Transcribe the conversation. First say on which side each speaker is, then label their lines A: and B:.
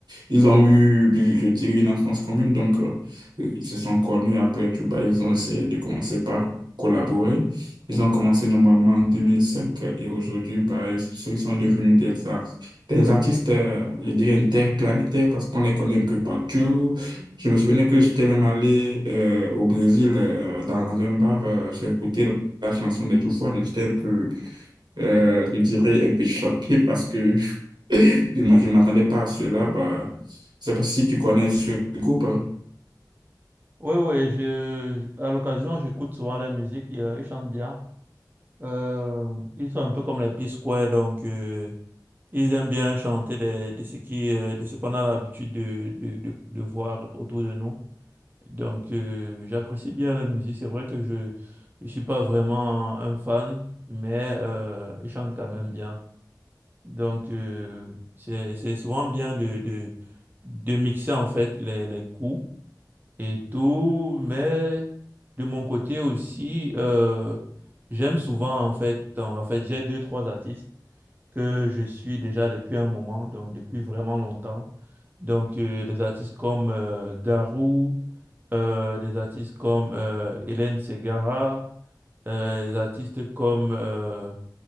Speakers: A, on the right; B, on the right.
A: ils ont eu, je dirais, une enfance commune, donc euh, ils se sont connus après Tuba. Ils ont essayé de commencer par collaborer. Ils ont commencé normalement en 2005 et aujourd'hui, bah, ils ils sont devenus des, ar- des artistes, euh, je dirais, interplanétaires parce qu'on les connaît un peu partout. Je me souvenais que j'étais même allé euh, au Brésil euh, dans un bar, euh, j'ai écouté la chanson de Toufoua, donc j'étais un peu euh, je dirais un peu choqué parce que <laughs> je ne m'a- je ne m'attendais pas à cela. Bah, je ne sais pas si tu connais ce groupe.
B: Oui, oui, je, à l'occasion, j'écoute souvent la musique, ils, euh, ils chantent bien. Euh, ils sont un peu comme les P-Square, donc euh, ils aiment bien chanter des- de, ce qui, euh, de ce qu'on a l'habitude de, de, de, de voir autour de nous. Donc euh, j'apprécie bien la musique, c'est vrai que je ne suis pas vraiment un fan, mais euh, ils chantent quand même bien. Donc, euh, c'est, c'est souvent bien de, de, de mixer en fait les, les goûts et tout, mais de mon côté aussi, euh, j'aime souvent en fait, donc en fait, j'ai deux, trois artistes que je suis déjà depuis un moment, donc depuis vraiment longtemps. Donc, euh, des artistes comme euh, Garou, euh, des artistes comme euh, Hélène Ségara, euh, des artistes comme euh,